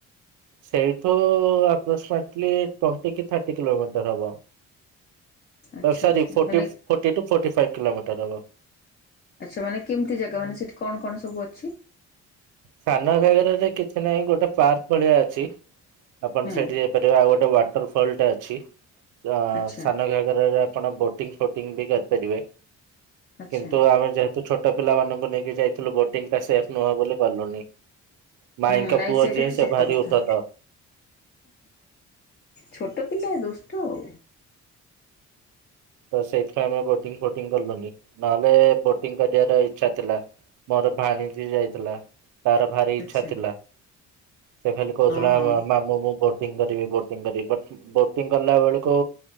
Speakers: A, on the right (about 80°); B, on the left (about 35°).
A: ସେଇଠୁ <unintelligible> ଟୋନ୍ତିକି ଥାର୍ଟି କିଲୋମିଟର ହବ।
B: ଆଚ୍ଛା
A: ତ ସରି
B: ଆଚ୍ଛା
A: ଫୋର୍ଟି
B: ମାନେ
A: ଫୋର୍ଟିଟୁ ଫୋଟି ଫାଇବ କିିଲୋମିଟର ହବ।
B: ଆଚ୍ଛା ମାନେ କେମିତି ଜାଗା ମାନେ ସେଠି କଣ କଣ ସବୁଅଛି?
A: ସାନ ଘାଗରାରେ କିଛି ନାହିଁ ଗୋଟେ ପାର୍କ ଭଳିଆ ଅଛି ଆପଣ
B: ହୁଁ
A: ସେଠି ସେଠିବି ଆଉ ଗୋଟେ ୱାଟର ଫଲଟା ଅଛି ତ
B: ଆଚ୍ଛା
A: ସାନ ଘାଗରରେ ଆପଣ ବୋଟ ବୋଟିଗଂ ୱେଟିଙ୍ଗ କରିପାରିବେ
B: ଆଚ୍ଛା
A: କିନ୍ତୁ ଆମେ ଯେହେତୁ ଛୋଟ ଛୋଟ ପିଲାମାନଙ୍କୁ ନେଇକି ଯାଇଥିଲୁ ବୋଟିଂ ଟା ସେଫ୍ ନୁହଁ ବୋଲି କଲୁନି।
B: ହୁଁ
A: ମାଇଙ୍କ
B: ନାଇଁ
A: ପୁଅ
B: ସେଇଟା
A: ଝିଅ
B: ତ
A: ସେ
B: ସତ
A: ଭାରି
B: କଥା।
A: ଉର୍ଦ୍ଧତ।
B: ଛୋଟ ପିଲା ଦୁଷ୍ଟ ଆଉ।
A: ତ ସେଇଥିପାଇଁ ଆମେ ବୋଟିଙ୍ଗି ଫୋଟିଙ୍ଗି କଲୁନି ନହେଲେ ବୋଟିଙ୍ଗି କରିବାର ଇଚ୍ଛା ଥିଲା। ମୋର ଭାଣଜି ଯାଇଥିଲା। ତାର ଭାରି
B: ଆଚ୍ଛା
A: ଇଛା ଥିଲା ସେ ଖାଲି କହୁଥିଲା
B: ହଁ ହଁ
A: ମା ମାମୁ ମୁଁ ବୋ ବୋଟିଙ୍ଗି କରିବି ବୋଟିଙ୍ଗି କରିବି ବୋଟିଙ୍ଗି କଲା ବେଳକୁ